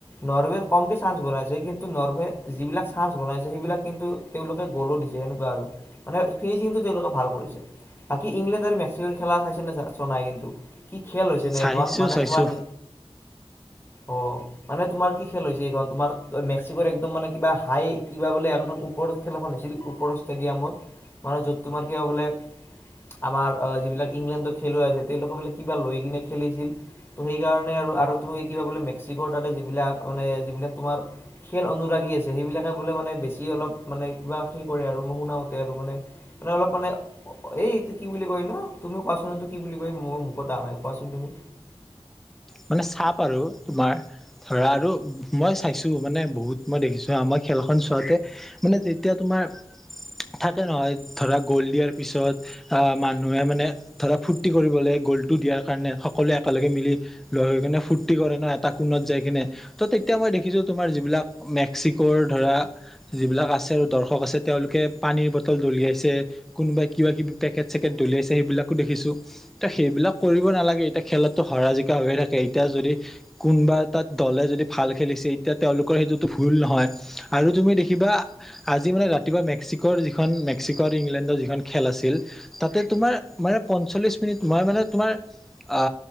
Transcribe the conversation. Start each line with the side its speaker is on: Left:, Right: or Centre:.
Left: নৰৱে কমকে চান্স বনাইছে কিন্তু নৰৱে যিবিলাক চান্স বনাইছে সেইবিলাক কিন্তু তেওঁলোকে গ'লো দিছে সেনেকুৱা আৰু মানে ফিনিচিংটো তেওঁলোকে ভাল কৰিছে বাকী ইংলেণ্ড আৰু মেক্সিকৰ খেলা চাইছে নে চোৱা নাই কিন্তু? কি খেল হৈছে নে
Centre: চাইছো
Left: এখন মানে
Centre: চাইছো
Left: তোমাৰ য অ', মানে তোমাৰ কি খেল হৈছে এইখন তোমাৰ মেক্সিকৰ একদম মানে কিবা হাই কিবা বোলে একদম ওপৰত খেল এখন হৈছিল ওপৰৰ ষ্টেডিয়ামত। মানুহ যত তোমাৰ কিবা বোলে আমাৰ যিবিলাক ইংলেণ্ডৰ খেলুৱৈ আছে তেওঁলোকৰ বোলে কিবা লৈ কিনে খেলিছিল। ত' সেইকাৰণে আৰু তুমি কিবা বোলে মেক্সিকৰ তাতে যিবিলাক মানে যিবিলাক তোমাৰ খেল অনুৰাগী আছে। সেইবিলাকে বোলে মানে বেছি অলপ মানে কিবা সেই কৰে আৰু মই শুনা মতে আৰু মানে মানে অলপ মানে এই এইটো কি বুলি কয় নো তুমি কোৱাচোন এইটো কি বুলি কয় মোৰ মুখত অহা নাই কোৱাচোন তুমি।
Centre: মানে চাপ আৰু তোমাৰ ধৰা আৰু মই চাইছো মানে বহুত মই দেখিছো হা মই খেলখন চোৱাতে মানে যেতিয়া তোমাৰ <unintelligible> থাকে নহয় ধৰা গ'ল দিয়াৰ পিছত আহ মানুহে মানে ধৰা ফূুৰ্তি কৰিবলৈ গ'লটো দিয়াৰ কাৰণে সকলোৱে একেলগে মিলি ল'ৰা হৈ কিনে ফূুৰ্তি কৰে ন এটা কোণত যাই কিনে ত' তেতিয়া মই দেখিছো তোমাৰ যিবিলাক মেক্সিক'ৰ ধৰা যিবিলাক আছে আৰু দৰ্শক আছে তেওঁলোকে পানীৰ বটল দলিয়াইছে কোনোবাই কিবা কিবি পেকেট চেকেট দলিয়াইছে সেইবিলাকো দেখিছোঁ, ত' সেইবিলাক কৰিব নালাগে এতিয়া খেলতো হৰা জিকা কা হৈয়ে থাকে এতিয়া যদি কোনোবা এটাত দলে যদি ভাল খেলিছে এতিয়া তেওঁওলোকৰ সেইটোতো ভুল নহয়। আৰু তুমি দেখিবা আজি মানে ৰাতিপুৱা মেক্সিক' যিখন মেক্সিক' আৰু ইংলেণ্ডৰ যিখন খেল আছিল, তাতে তোমাৰ মানে পঞ্চল্লিছ মিনিট নহয় মানে তোমাৰ আ,